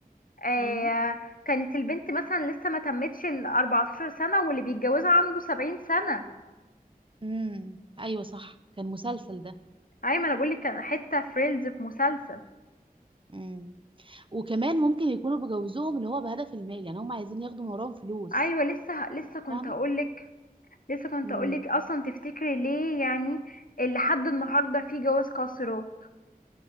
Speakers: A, on the left; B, on the right.
A: آه
B: امم
A: كانت البنت مثلا لسه ما تمتش ال 14 سنه واللي بيتجوزها عنده 70 سنه
B: امم ايوه صح كان مسلسل ده
A: ايمن انا بقول لك كان حته في ريلز في مسلسل
B: امم وكمان ممكن يكونوا بجوزهم اللي هو بهدف المال يعني هم عايزين ياخدوا من وراهم فلوس
A: ايوه لسه لسه كنت
B: فاهمه
A: هقولك لسه كنت
B: مم.
A: هقولك اصلا تفتكري ليه يعني اللي لحد النهارده في جواز قاصرات